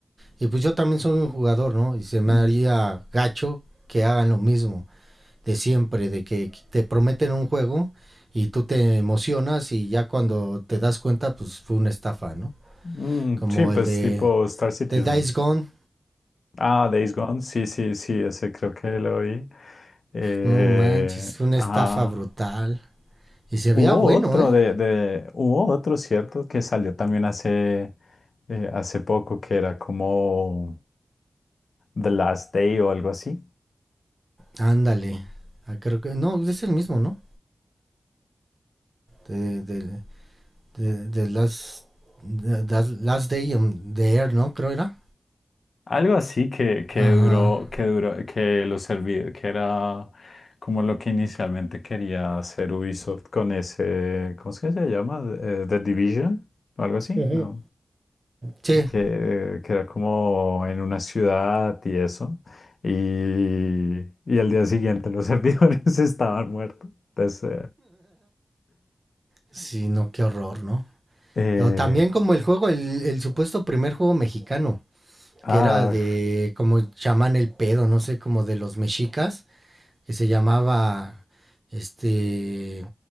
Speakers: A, on the right (about 45°); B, on the left (about 85°).
A: Y pues yo también soy un jugador, ¿no? Y se me
B: Mm,
A: haría gacho que hagan lo mismo de siempre, de que te prometen un juego y tú te emocionas y ya cuando te das cuenta, pues fue una estafa, ¿no?
B: mm,
A: Como
B: sí, pues
A: el de,
B: tipo Star Citizen.
A: de Dice Gone.
B: Ah, Days Gone, sí, sí, sí, ese creo que lo vi. Eh,
A: No manches, una
B: ajá,
A: estafa brutal. Y se
B: Hubo
A: veía bueno,
B: otro
A: ¿eh?
B: de, de- hubo otro, ¿cierto? Que salió también hace, eh, hace poco, que era como The Last Day o algo así.
A: Ándale. Ah, creo que, no, es el mismo, ¿no? De, de, de, de Last, de, de Last Day on the Air, ¿no? Creo era.
B: Algo así que, que
A: Ajá.
B: duró, que duró, que lo serví, que era como lo que inicialmente quería hacer Ubisoft con ese, ¿cómo es que se llama? Eh, The Division o algo así,
A: Ujú.
B: ¿no?
A: Sí.
B: que, que era como en una ciudad y eso. Y, y al día siguiente los servidores <laughs> estaban muertos. Entonces,
A: Sí, no, qué horror, ¿no?
B: eh,
A: O también
B: eh,
A: como el juego, el, el supuesto primer juego mexicano,
B: ah,
A: que era de como llaman el pedo, no sé, como de los mexicas, que se llamaba este